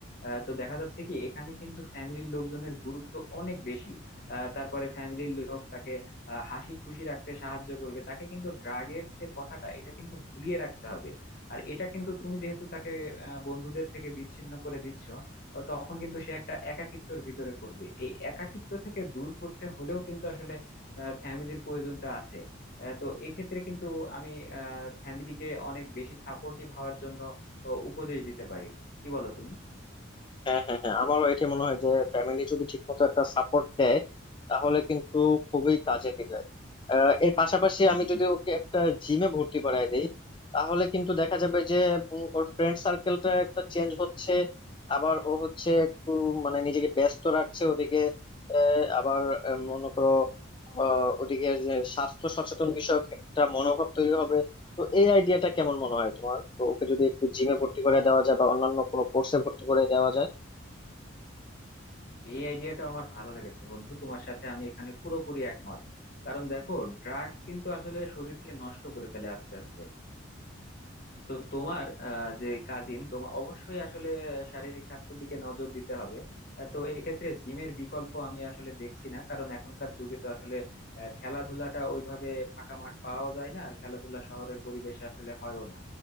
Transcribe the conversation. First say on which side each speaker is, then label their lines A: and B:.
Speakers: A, on the left; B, on the left.
A: আহ, তো দেখা যাচ্ছে কি এখানে কিন্তু ফ্যামিলির লোকজনের গুরুত্ব অনেক বেশি আহ তারপরে ফ্যামিলির লোক তাকে আহ হাসি খুশি রাখতে সাহায্য করবে তাকে কিন্তু ড্রাগের যে কথাটা এটা কিন্তু ভুলিয়ে রাখতে হবে আর এটা কিন্তু তুমি যেহেতু তাকে আহ, বন্ধুদের থেকে বিচ্ছিন্ন করে দিচ্ছ তো তখন কিন্তু সে একটা একাকিত্বের ভিতরে পড়বে এই একাকিত্ব থেকে দূর করতে হলেও কিন্তু আসলে ফ্যামিলির প্রয়োজনটা আছে আহ, তো এক্ষেত্রে কিন্তু আমি ফ্যামিলিকে অনেক বেশি সাপোর্টিভ হওয়ার জন্য আহ, উপদেশ দিতে পারি কি বলো তুমি
B: হ্যাঁ হ্যাঁ হ্যাঁ আমারও এটা মনে হয় যে ফ্যামিলি যদি ঠিকমতো একটা সাপোর্ট দেয় তাহলে কিন্তু খুবই কাজে দিবে আহ, এর পাশাপাশি আমি যদি ওকে একটা জিমে ভর্তি করায় দিই তাহলে কিন্তু দেখা যাবে যে উম, ওর ফ্রেন্ড সার্কেলটা একটা চেঞ্জ হচ্ছে আবার ও হচ্ছে একটু মানে নিজেকে ব্যস্ত রাখছে ওদিকে আহ, আবার আহ, মনে করো আহ, ওদিকে যে স্বাস্থ্য সচেতন বিষয়ক একটা মনোভাব তৈরি হবে তো এই আইডিয়াটা কেমন মনে হয় তোমার তো ওকে যদি একটু জিমে ভর্তি করে দেওয়া যায় বা অন্যান্য কোনো কোর্সে ভর্তি করে দেওয়া যায়
A: এই আইডিয়াটা আমার ভালো লেগেছে বন্ধু তোমার সাথে আমি এখানে পুরোপুরি একমত কারণ দেখো ড্রাগ কিন্তু আসলে শরীরকে নষ্ট করে ফেলে আস্তে আস্তে তো তোমার আহ, যে কাজিন তোমার অবশ্যই আসলে শারীরিক স্বাস্থ্যের দিকে নজর দিতে হবে আহ, তো এক্ষেত্রে জিমের বিকল্প আমি আসলে দেখছি না কারণ এখনকার যুগে তো আসলে আহ, খেলাধুলাটা ওইভাবে ফাঁকা মাঠ পাওয়া যায় না আর খেলাধুলা শহরের পরিবেশে আসলে হয়ও না